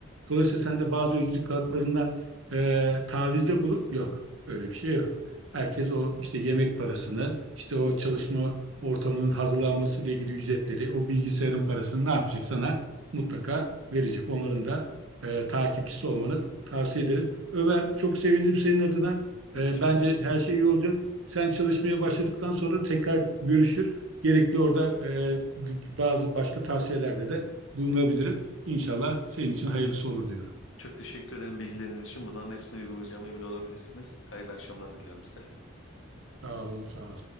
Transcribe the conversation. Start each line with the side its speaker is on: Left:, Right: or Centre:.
Right: Dolayısıyla sen de bazı özlük haklarından e, tavizde bulup yok. Öyle bir şey yok. Herkes o işte yemek parasını, işte o çalışma ortamının hazırlanması ile ilgili ücretleri, o bilgisayarın parasını ne yapacak sana mutlaka verecek. Onların da e, takipçisi olmanı tavsiye ederim. Ömer çok sevindim senin adına.
Left: Çok
Right: E,
Left: teşekkür
Right: bence
Left: ederim.
Right: her şey iyi olacak. Sen çalışmaya başladıktan sonra tekrar görüşür. Gerekli orada e, bazı başka tavsiyelerde de bulunabilirim. İnşallah senin için hayırlısı olur diyorum.
Left: Çok teşekkür ederim bilgileriniz için. Bunların hepsini uygulayacağıma emin olabilirsiniz. Hayırlı akşamlar diliyorum size.
Right: Sağ olun, sağ ol